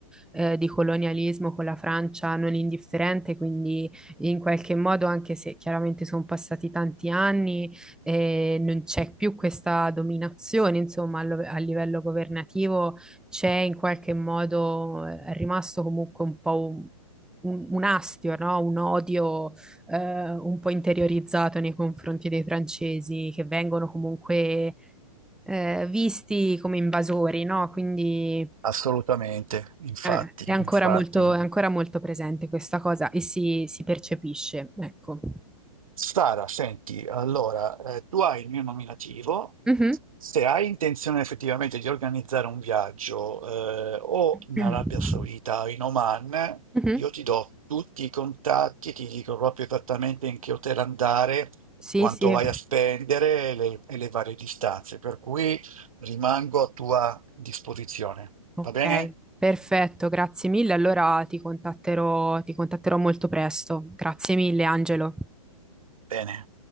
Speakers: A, in the centre; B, on the right (about 70°).
A: eh, di colonialismo con la Francia non indifferente, quindi in qualche modo, anche se chiaramente sono passati tanti anni, eh, non c'è più questa dominazione, insomma, allo- a livello governativo c'è in qualche modo, eh, è rimasto comunque un po' un, un- un astio, no? Un odio, eh, un po' interiorizzato nei confronti dei francesi che vengono comunque eh, visti come invasori, no? Quindi
B: Assolutamente, infatti,
A: eh, è ancora
B: infatti.
A: molto, è ancora molto presente questa cosa e si, si percepisce, ecco.
B: Sara, senti, allora, eh, tu hai il mio nominativo,
A: Mhm.
B: se hai intenzione effettivamente di organizzare un viaggio eh, o in
A: Mhm.
B: Arabia Saudita o in Oman,
A: <clears throat>
B: io ti do tutti i contatti, ti dico proprio esattamente in che hotel andare,
A: Sì,
B: quanto
A: sì,
B: vai a spendere e le, e le varie distanze, per cui rimango a tua disposizione.
A: ok,
B: Va bene?
A: perfetto, grazie mille. Allora ti contatterò, ti contatterò molto presto. Grazie mille, Angelo.
B: Bene.